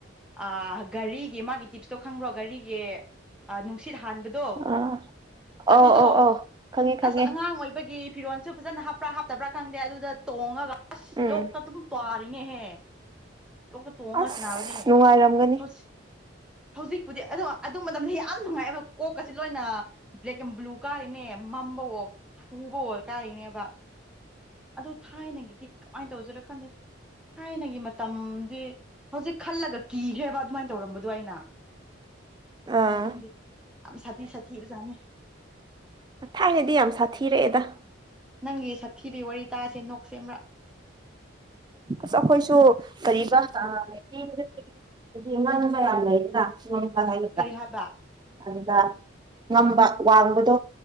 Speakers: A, in the centre; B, on the right.
A: ꯑ ꯘꯔꯤꯒꯤ ꯃꯥꯒꯤ ꯇꯤꯞꯁꯇꯣ ꯈꯪꯕ꯭ꯔꯣ ꯔꯤꯒ ꯅꯨꯡ ꯁꯤꯠ ꯍꯥꯟꯕꯗꯣ
B: ꯑꯥ
A: ꯑꯗꯨꯗꯣ
B: ꯑꯧ ꯑꯧ ꯑꯧ ꯈꯪꯉꯦ ꯈꯪꯉꯦ
A: ꯑꯁ ꯑꯉꯥꯡ ꯑꯣꯏꯕꯒꯤ ꯐꯤꯔꯣꯟꯜꯁꯨ ꯐꯖꯅ ꯍꯥꯞꯄ꯭ꯔꯥ ꯍꯥꯞꯇꯕ꯭ꯔꯥ ꯈꯪꯗꯦ ꯑꯗꯨꯗ ꯇꯣꯡꯉꯒ ꯑꯁ
B: ꯎꯝ
A: ꯂꯣꯛꯇ ꯑꯗꯨꯝ ꯄꯥꯔꯤꯉꯍꯦ ꯂꯣꯛꯇ ꯇꯣꯡꯉꯒ
B: ꯑꯁ
A: ꯁꯥꯟꯅꯕꯅꯦ
B: ꯅꯨꯡꯉꯥꯏꯔꯝꯒꯅꯤ
A: ꯍꯧ ꯍꯧꯖꯤꯛ ꯄꯨꯗꯤ ꯑꯣ ꯑꯗꯨ ꯃꯇꯝꯗ ꯌꯥꯝ ꯅꯨꯡꯉꯥꯏꯑꯦꯕ ꯀꯣꯛꯀꯁꯤꯦ ꯂꯣꯏꯅ ꯕ꯭ꯂꯦꯛ ꯑꯦꯟ ꯕ꯭ꯂꯨ ꯀꯥꯔꯤꯅꯦ ꯃꯝꯕꯋꯣꯛ ꯍꯕꯣꯔ ꯀꯥ ꯏꯅꯦꯕ ꯑꯗ ꯊꯥꯏꯅꯒꯤꯗꯤ ꯀꯃꯥꯏꯅ ꯇꯧꯁꯤꯔꯣ ꯈꯟꯗꯦ ꯊꯥꯏꯅꯒꯤ ꯃꯇꯝꯗꯤ ꯍꯧꯖꯤꯛ ꯈꯜꯂꯒ ꯀꯤꯈ꯭ꯔꯦꯕ ꯑꯗꯨꯃꯥꯏꯅ ꯇꯧꯔꯝꯕꯗꯣ ꯑꯩꯅ
B: ꯑꯥ
A: ꯈꯪꯗꯦ ꯌꯥꯝ ꯁꯥꯊꯤ ꯁꯥꯊꯤ ꯑꯣꯖꯥꯅꯤ
B: ꯊꯥꯏꯅꯗꯤ ꯌꯥꯝ ꯁꯥꯊꯤꯔꯛꯑꯦꯗ
A: ꯅꯪꯒꯤ ꯁꯥꯊꯤꯕꯤ ꯋꯥꯔꯤ ꯇꯥꯁꯦ ꯅꯣꯛꯁꯦꯝꯕ꯭ꯔꯥ
B: ꯑꯁ ꯑꯩꯈꯣꯏꯁꯨ ꯀ ꯑꯗꯨꯗꯤ ꯏꯃꯥꯡꯅꯃꯥꯏ ꯑꯂ ꯏꯂ ꯆꯣꯟꯕ ꯍꯥꯏꯒꯗ꯭ꯔꯥ
A: ꯀꯔꯤ ꯍꯥꯏꯕ
B: ꯑꯗꯨꯒ ꯉꯝꯕ ꯋꯥꯡꯕꯗꯣ